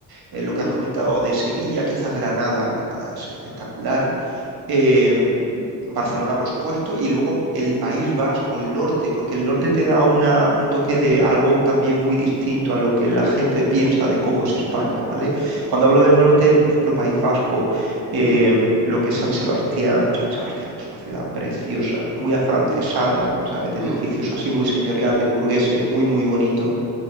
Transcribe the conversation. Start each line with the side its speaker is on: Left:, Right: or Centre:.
Right: eh, lo que has
Centre: Mm,
Right: comentado de Sevilla, quizás Granada, Granada es espectacular eh, Barcelona, por supuesto, y luego el País Vasco, el norte, porque el norte te da una, un toque de algo también muy distinto a lo que la gente piensa de cómo es España, ¿vale? Cuando hablo del norte, por ejemplo, País Vasco, eh,
Centre: mm,
Right: lo que es San Sebastián, San Sebastián es una ciudad preciosa, muy afrancesada,
Centre: mm,
Right: ¿sabes? De
Centre: mm.
Right: edificios así muy señoriales, burgueses, muy, muy bonito,